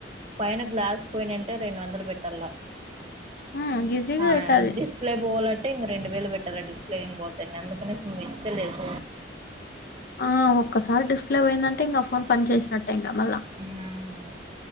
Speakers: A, on the right; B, on the left.
A: పైన గ్లాస్ పోయినుంటే రెండు వందలు పెట్టాల
B: ఉమ్ ఈజీగా
A: ఆహ్
B: అయితది
A: ఇంగ్లీష్. ప్లే పోవాలంటే ఇంక రెండు వేలు పెట్టాలి డిస్ప్లేయింగ్ పోతే నే అందుకనేసి ఇచ్చేలే <inaudible>
B: ఆ ఒక్కసారి డిస్ప్లే పోయిందంటే ఇంకా ఫోన్ పని చేసినట్టే ఇంకా మళ్ళా
A: <unintelligible>